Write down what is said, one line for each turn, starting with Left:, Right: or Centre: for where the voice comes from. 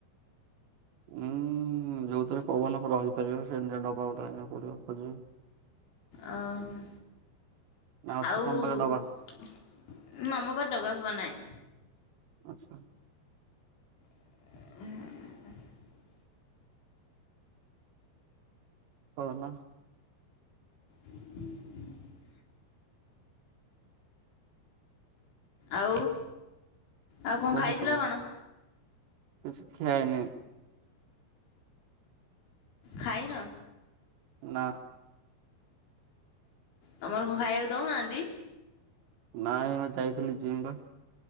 Right: ହୁଁ। ହୁଁ ଯୋଉଥିରେ ପବନ ରହିପାରିବ ସେମତିଆ ଡବା ଆଣିବାକୁ ପଡିବ ଖୋଜ
Left: ଅ ହୋ।
Right: ନା ଅଛି
Left: ଆଉ
Right: ତମ ପାଖେ ଡବା
Left: ଆମପାଖରେ ଡବା ଫବା ନାଇଁ।
Right: ଆଚ୍ଛା।
Left: <unintelligible>
Right: କହୁନ?
Left: <unintelligible> ଆଉ ଆଉ କଣ
Right: କୁହ
Left: ଖାଇଥିଲ
Right: ତମେ
Left: କଣ?
Right: କିଛି ଖିଆହେଇନି।
Left: ଖାଇନ।
Right: ନା।
Left: ତମର କଣ ଖାଇବାକୁ ଦଉନାହାନ୍ତି?
Right: ନାଇଁ ମୁଁ ଯାଇଥିଲି ଜିମ୍ ପା।